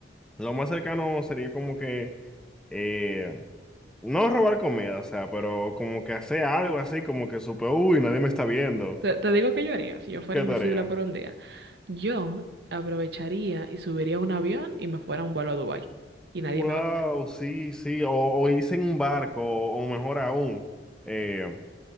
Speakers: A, in the centre; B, on the right.
A: lo más cercano sería como que eh, No robar comida, o sea, pero como que hacer algo así, como que supe, uy, nadie me está viendo.
B: Te, te digo que yo haría, si yo fuera
A: ¿Qué
B: invisible
A: tarea?
B: por un día, yo aprovecharía y subiría a un avión y me fuera a un vuelo a Dubái y nadie
A: Wow,
B: me va a ver.
A: sí, sí, o, o irse en un barco, o, o mejor aún, eh,